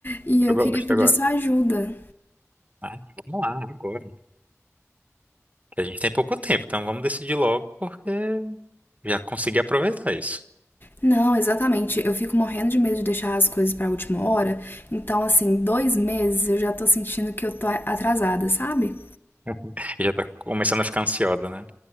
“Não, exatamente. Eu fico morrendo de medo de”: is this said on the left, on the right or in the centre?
Left